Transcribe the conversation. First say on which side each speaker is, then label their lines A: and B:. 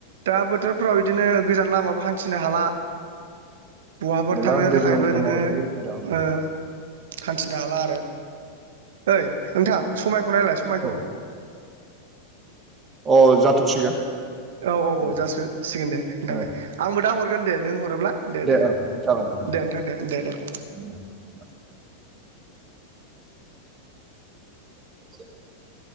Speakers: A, on the right; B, on the right.
A: दा बोथोरफ्राव इदिनो गोजान लामाबो हान्थिनो हाला। बहाफोर
B: गैला
A: थांनो
B: दैज्लां
A: थाखायबो
B: समाव
A: नोङो
B: एसे उसुबिदा उम,
A: ओ हान्थिनो हाला आरो ओइ ओनथां समायखौ नायलाय समायखौ?
B: औ अ जाथ'सिगोन।
A: औ औ औ
B: उम
A: जासो सिगोन दे नोंथां
B: ओ
A: दे आंबो दा हरगोन दे नों हरोब्ला दे दे।
B: ओं जागोन जागोन
A: दे नोंथां दे दे दे दे।
B: उम <inaudible>